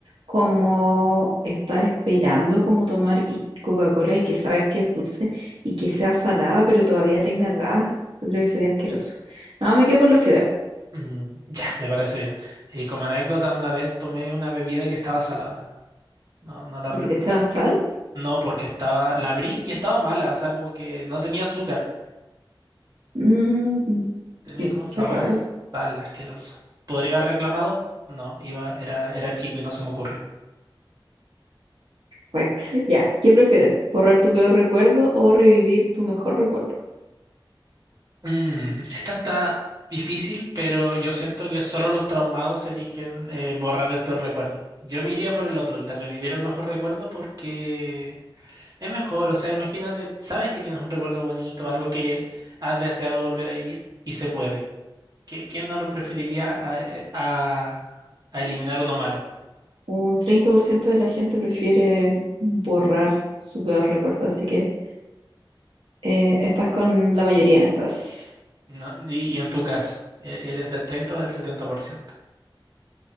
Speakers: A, on the right; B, on the right.
A: como estar esperando como tomar y- Coca-Cola y que sabes que es dulce y que sea salada, pero todavía tenga gas. Yo creo que sería asqueroso. No, me quedo con los fideos,
B: Mm, ya, me parece bien. Y como anécdota, una vez tomé una bebida que estaba salada. No, no la
A: porque
B: re-
A: le echaron sal.
B: No, porque estaba. La abrí y estaba mala. O sea, como que no tenía azúcar.
A: Mm,
B: Tenía
A: qué
B: como sabor
A: qué raro.
B: a sal asqueroso. ¿Podría haber reclamado? No, iba, era, era chico y no se me ocurrió.
A: Cuec. Ya, ¿qué prefieres? ¿Borrar tu peor recuerdo o revivir tu mejor recuerdo?
B: Mm, esta está difícil, pero yo siento que solo los traumados eligen eh, borrar el peor recuerdo. Yo me iría por el otro, el de revivir el mejor recuerdo, porque es mejor. O sea, imagínate, sabes que tienes un recuerdo bonito, algo que has deseado volver a vivir y se puede. ¿Qui- ¿Quién no lo preferiría a, eh, a- a eliminar uno malo?
A: Un 30% de la gente prefiere borrar su peor recuerdo, así que eh, estás con la mayoría en estas.
B: No, y, y en tu caso, e- ¿eres del 30 o del setenta por ciento.